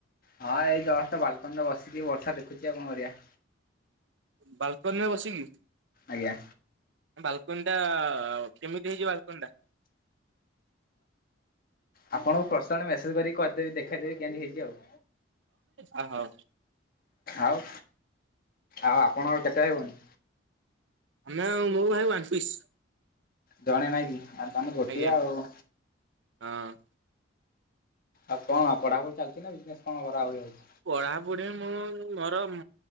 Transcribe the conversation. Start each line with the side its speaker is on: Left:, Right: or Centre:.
Left: ହଁ ଏଇ ଜଷ୍ଟ ବାଲକୋନି ରେ ବସିକି ବର୍ଷା ଦେଖୁଛି ଆଉ କଣ କରିବା?
Right: ବାଲକୋନି ରେ ବସିକି?
Left: ଆଜ୍ଞା।
Right: ବାଲକୋନି ଟା କେମିତି ହେଇଛି ବାଲକୋନି ଟା?
Left: ଆପଣଙ୍କୁ ପର୍ସନାଲ ମେସେଜ୍ କରିକି କହିଦେବିି ଦେଖାଇଦେବି କେମିତି ହେଇଛି ଆଉ।
Right: ଅ ହଉ।
Left: ଆଉ ଆଉ ଆପଣଙ୍କର କେତେ ହେବଣୀ?
Right: ନା ମୁଁ ଆଉ ମୁଁ ଭାଇ ୱାନ୍ ପିସ୍।
Left: ଜଣେ ନାଇଁ କି ଆଉ ତମେ ଗୋଟିଏ
Right: ଆଜ୍ଞା
Left: ଆଉ।
Right: ହଁ।
Left: ଆଉ କଣ ପଢାପଢି ଚାଲିଛି ନା ବିଜ୍ନେଶ୍ କଣ କରା ହଉଛି?
Right: ପଢାପୁଢିରେ ମୁଁ ମରମ